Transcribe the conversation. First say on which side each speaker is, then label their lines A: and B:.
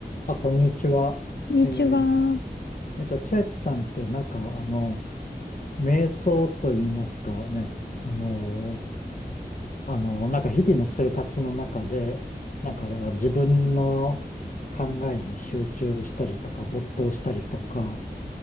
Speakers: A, on the left; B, on the left.
A: あ、こんにちは。
B: こんにちは。
A: えーえっと、千秋さんってなんか、あの、瞑想と言いますかね。あの、あの、なんか日々の生活の中で、なんか自分の考えに集中したりとか、没頭したりとか、